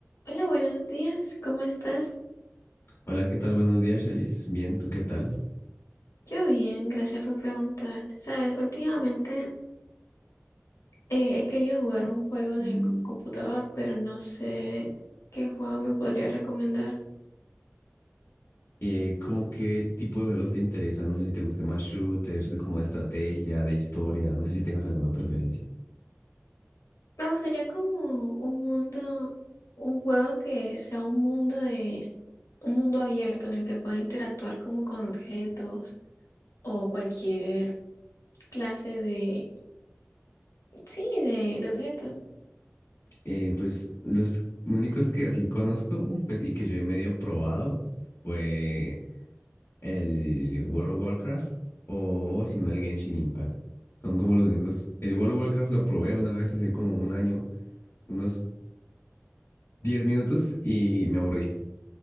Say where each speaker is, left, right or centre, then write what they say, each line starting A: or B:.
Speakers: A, on the left; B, on the left.
A: Hola, buenos días, ¿cómo estás?
B: Hola, ¿qué tal? Buenos días, Shelis. Bien, ¿tú qué tal?
A: Yo bien, gracias por preguntar. Sabes, últimamente eh, he querido jugar un juego en el co- computador, pero no sé qué juego me podría recomendar.
B: Eh, ¿cómo qué tipo de juegos te interesan? No sé si te gusten más shooters, de como de estrategia, de historia, no sé si tengas alguna preferencia.
A: Me gustaría como un mundo, un juego que sea un mundo de, un mundo abierto en el que pueda interactuar como con objetos o cualquier clase de, sí, de, de objetos.
B: Eh, pues los únicos que así conozco, pues y que yo he medio probado fue el World of Warcraft o si no el Genshin Impact. Son como los únicos. El World of Warcraft lo probé una vez hace como un año, unos 10 minutos y me aburrí.